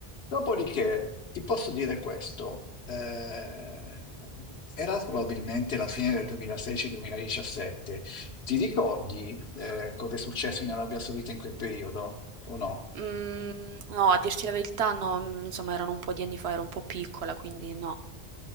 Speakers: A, on the left; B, on the right.
A: Dopodiché ti posso dire questo, eh, era probabilmente la fine del 2016-2017. Ti ricordi eh, cosa è successo in Arabia Saudita in quel periodo o no?
B: Mhmm, no, a dirti la verità no, mhmm, insomma erano un po' di anni fa, ero un po' piccola, quindi no.